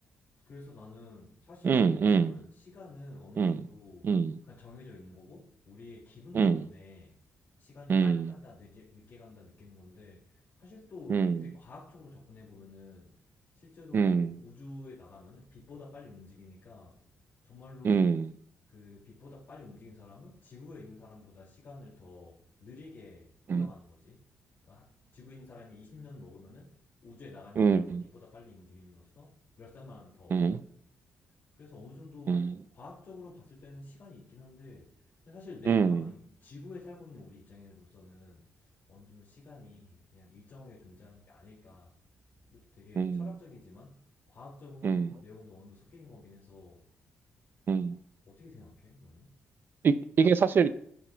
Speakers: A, on the left (about 55°); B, on the right (about 45°).
A: 그래서 나는 사실
B: 음,
A: 내 입장은
B: 음,
A: 시간은 어느
B: 음,
A: 정도
B: 음,
A: 그냥 정해져 있는 거고 우리의 기분 때문에
B: 음,
A: 시간이
B: 음,
A: 빨리 간다, 늦게, 늦게 간다 느끼는 건데 사실 또
B: 음,
A: 되게 과학적으로 접근해 보면은 실제로
B: 음,
A: 뭐 우주에 나가면은 빛보다 빨리 움직이니까 정말로
B: 음,
A: 그 빛보다 빨리 움직인 사람은 지구에 있는 사람보다 시간을 더 느리게 흘러가는
B: 음,
A: 거지. 그러니까 하- 지구에 있는 사람이 20년 먹으면은 우주에 나가는
B: 음,
A: 사람은 빛보다 빨리 움직임으로써 열산만 더 먹는.
B: 음,
A: 그래서 어느 정도
B: 음,
A: 과학적으로 봤을 때는 시간이 있긴 한데 근데 사실 내
B: 음,
A: 입장은
B: 음,
A: 지구에 살고 있는 우리 입장으로서는 어느 정도 시간이 그냥 일정하게 존재하는 게 아닐까. 이것도 되게
B: 음, 음,
A: 철학적이지만 과학적인
B: 음,
A: 내용도 어느 정도 섞이는 거긴 해서
B: 음.
A: 어떻게 생각해? 너는?
B: 이, 이게 사실